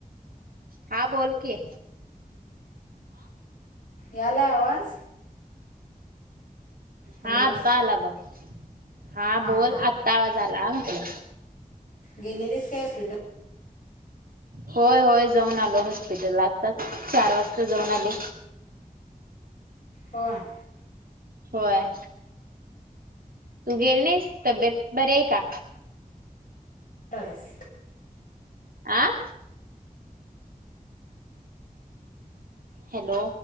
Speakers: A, on the right (about 70°); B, on the left (about 60°).
A: हा बोलकी.
B: यालाय आवाज? हॅलो
A: हा आत्ता आला बघ हा
B: हां
A: बोल
B: हां
A: आत्ता आवाज आला म्हटलं.
B: गेलेलीस काय हॉस्पिटल
A: होय होय जाऊन आलो हॉस्पिटलला आत्ताच चार वाजता जाऊन आले.
B: व्हय.
A: व्हय. तू गेली नाहीस तब्येत बरे आहे का?
B: त्रास.
A: आं. हॅलो.